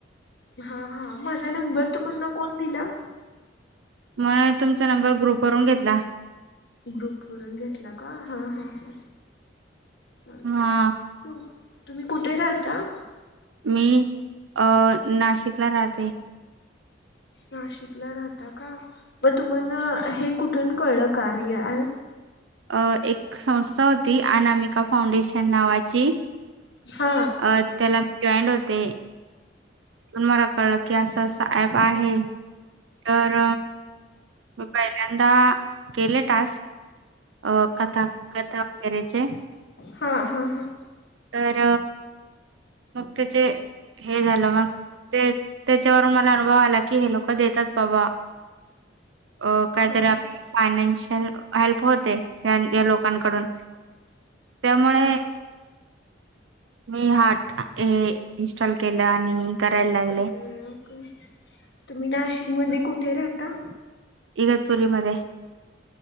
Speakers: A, on the left (about 60°); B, on the right (about 80°).
A: हा-हा माझा नंबर तुम्हांना कोण दिलं?
B: म तुमचा नंबर ग्रुपवरून घेतला.
A: ग्रुप करून घेतला का? हा-हा-हा चाल
B: हा
A: तु-तुम्ही कुठे राहता?
B: मी अं नाशिकला राहते.
A: नाशिकला राहता का, मग तुम्हाला हे कुठून कळलं कार्य ॲ?
B: अ एक संस्था होती अनामिका फाउंडेशन नावाची
A: हा
B: अ त्याला मी जॉईंड होते, मला कळलं की असं-असं ऍप आहे तर म पहिल्यांदा केले टास्क? अ कथा-कथा गैरेचे.
A: हा-हा-हा
B: तर मग त्याचे हे झालं मग ते त्याच्यावरून मला अनुभव आला की हे लोक देतात बाबा अ काहीतरी
A: हा
B: आप फायनान्शी हेल्प होते या लोकांकडून त्यामुळे
A: हा
B: मी हाट हे इन्स्टॉल केलं आणि करायला लागले
A: ओके-ओके तुम्ही नाशिक मध्ये कुठे राहता?
B: इगतपुरी मध्ये.